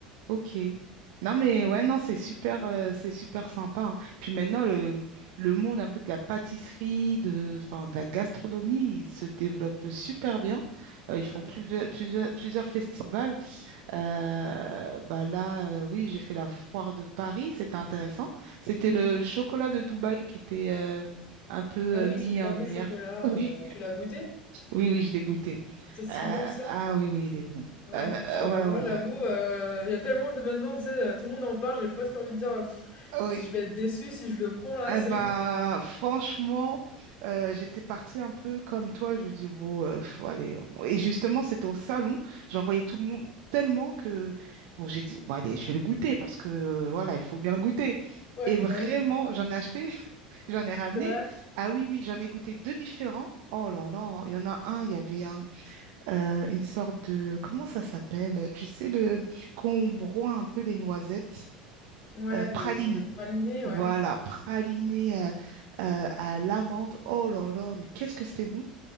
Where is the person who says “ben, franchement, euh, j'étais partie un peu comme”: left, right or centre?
Right